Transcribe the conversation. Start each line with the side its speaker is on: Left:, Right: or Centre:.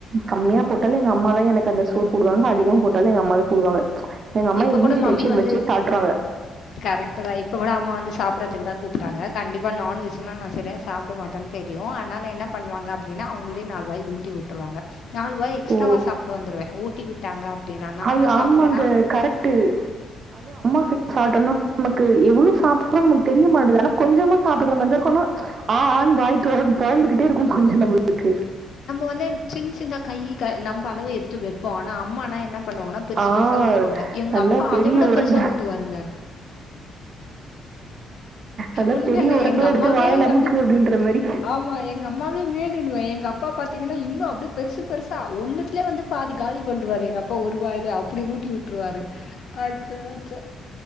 Right: கம்மியா போட்டாலு எங்க அம்மாதா எனக்கந்த சோற் போடுவாங்க அதிகமா போட்டாலு எங்க அம்மாதா போடுவாங்க எங்கம்மா
Left: இப்போ
Right: எ மூஞ்சு
Left: கூட மம்மி
Right: டென்ஷன்
Left: வந்து
Right: வச்சே காட்றாங்க
Left: கரெக்ட்டு தா இப்ப கூட அம்மா வந்து சாப்புறதுக்கு தா கூப்ட்டாங்க கண்டிப்பா நான்வெஜ்னா நா செரியா சாப்டமாட்டன் தெரியு ஆனால என்ன பண்வாங்க அப்டின்னா அவுங்ளே நால் வாய் ஊட்டி வுட்ருவாங்க நாலுவாய் எக்ஸ்ட்டாவா
Right: ஓ!
Left: சாப்ட்டு வந்துருவே ஊட்டி விட்டாங்க அப்டின்னா நானா
Right: ஐயோ!
Left: சாப்ட்டென்னா
Right: ஆமாங்க. கரெக்ட்டு. அது அம்மா கைல சாப்ட்டொனா நமக்கு எவ்ளோ சாப்றோ நமக்கு தெரிய மாட்டுது ஆனா கொஞ்சமா சாப்டுற மாரி தா இருக்கு ஆனா ஆ ஆன் வாய் தொ பொளந்துகிட்டே இருக்கு கொஞ்சோ நம்மளுக்கு
Left: வந்து சின் சின்தா கையி நம்ம அளவு எடுத்து வைப்போ ஆனா அம்மானா என்ன பண்ணுவாங்கன்னா பெருசு
Right: ஆ
Left: பெருசா ஊட்டுவாங்க எங்க
Right: நல்லா
Left: அப்பா
Right: பெரிய
Left: அத விட
Right: உருண்ட
Left: பெருசா ஊட்டுவாருங்க
Right: நல்லா
Left: உண்மயால
Right: பெரிய உருண்டையா
Left: எங்க
Right: எடுத்து
Left: அம்மாவே
Right: வாயில அமுக்கு
Left: வந்து
Right: அப்டின்ற மாரி
Left: ஆமா எங்க அம்மாவே மேலுன்னுவ எங்க அப்பா பாத்தீங்கன்னா இன்னு அப்டி பெருசு பெருசா ஒன்னுத்லே வந்து பாதி காலி பண்ருவாரு எங்க அப் பா ஒருவாயில அப்டி ஊட்டி விட்டுருவாரு அச்சோ அச்சோ